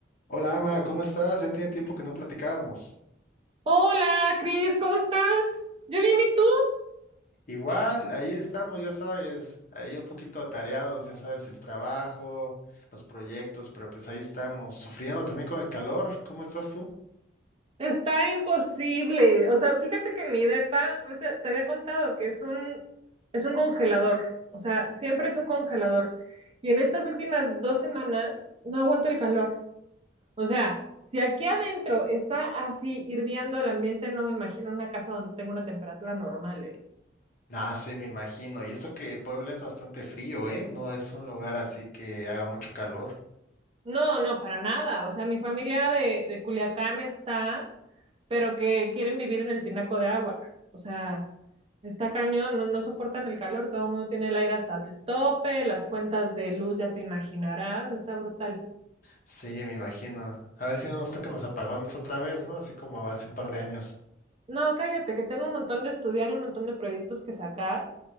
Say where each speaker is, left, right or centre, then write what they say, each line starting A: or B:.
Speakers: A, on the left; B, on the right.
A: Hola, Ama, ¿cómo estás? Ya tiene tiempo que no platicábamos.
B: Hola, Cris, ¿cómo estás? Yo bien, ¿y tú?
A: Igual, ahí estamos, ya sabes, ahí un poquito atareados, ya sabes, el trabajo, los proyectos, pero pues ahí estamos, sufriendo también con el calor. ¿Cómo estás tú?
B: Está imposible. O sea, fíjate que mi depa, ves, te te había contado que es un, es un congelador. O sea, siempre es un congelador. Y en estas últimas dos semanas no aguanto el calor. O sea, si aquí adentro está así hirviendo el ambiente, no me imagino una casa donde tenga una temperatura normal, ¿eh?
A: Ah, sí, me imagino. Y eso que Puebla es bastante frío, ¿eh? No es un lugar así que haga mucho calor.
B: No, no, para nada. O sea, mi familia de, de Culiacán está, pero que quieren vivir en el tinaco de agua. O sea, está cañón, no, no soportan el calor, todo el mundo tiene el aire hasta el tope, las cuentas de luz ya te imaginarás, está brutal.
A: Sí, me imagino. A ver si no nos tocan los apagones otra vez, ¿no? Así como hace un par de años.
B: No, cállate, que tengo un montón de estudiar y un montón de proyectos que sacar,